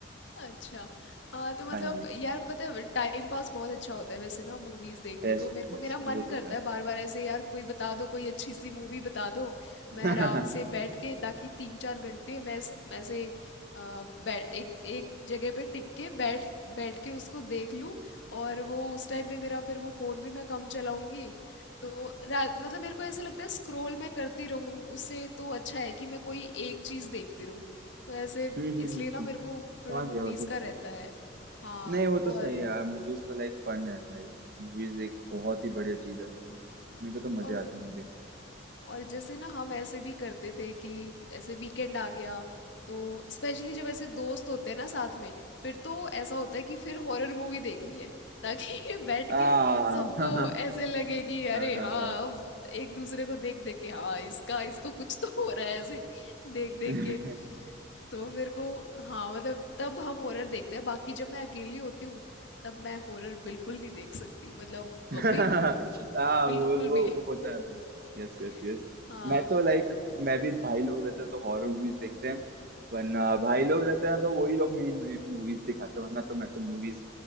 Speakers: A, on the left; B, on the right.
A: अच्छा हाँ तो मतलब
B: हाँ जी
A: यार पता है टाइम पास बहुत अच्छा होता है वैसे ना मूवीज देख
B: बेस्ट
A: के तो मेरे को
B: बेस्ट
A: मेरा मन
B: वो
A: करता
B: तो है
A: है बार बार ऐसे यार कोई बता दो कोई अच्छी सी मूवी बता दो
B: <laughs>
A: मैं
B: हम्म
A: आराम से बैठ के ताकि तीन चार घंटे मैं इस- मैं ऐसे अ, बै- एक एक जगह पे टिक के बैठ बैठ के उसको देख लूं और वो उस टाइम पे मेरा फिर वो फोन भी मैं कम चलाऊंगी तो रा- मतलब मेरे को ऐसा लगता है स्क्रोल मैं करती रहूं उससे तो अच्छा है कि मैं कोई एक चीज देखती रहूं तो ऐसे
B: हम्म हम्म,
A: इसलिए ना
B: हम्म,
A: मेरे को थोड़ा
B: समझ
A: मूवीज
B: गया वो तो
A: का रहता है हाँ
B: नहीं वो
A: और
B: तो सही है यार मूवीज तो लाइक फन है भाई मूवीज एक बहुत ही बढ़िया चीज है मेरे को तो मजे
A: और
B: आते हैं मूवी देखने में
A: और जैसे ना हम ऐसे भी करते थे कि ऐसे वीकेंड आ गया तो स्पेशली जब ऐसे दोस्त होते हैं ना साथ में फिर तो ऐसा होता है कि फिर हॉरर मूवी देखनी है ताकि <laughs> बैठ
B: आ
A: के सबको
B: <laughs> हाँ
A: ऐसे लगे कि
B: हाँ
A: अरे
B: हाँ
A: हाँ
B: हाँ
A: अब एक दूसरे को देख देख के हाँ इसका इसको कुछ तो हो रहा है ऐसे देख देख
B: <laughs>
A: के तो मेरे को हाँ मतलब तब हम हॉरर देखते हैं बाकी जब मैं अकेली होती हूँ तब मैं हॉरर बिल्कुल नहीं देख सकती मतलब
B: <laughs>
A: बिग नो
B: हाँ
A: बिल्कुल
B: वो वो
A: भी
B: होता है वो Yes
A: <laughs>
B: yes yes
A: हाँ
B: मैं तो लाइक मैं भी भाई लोग रहते हैं तो हॉरर मूवीज देखते हैं वरना भाई लोग रहते हैं तो वही लोग मेन मेरे को मूवीज दिखाते हैं वरना तो मैं तो मूवीज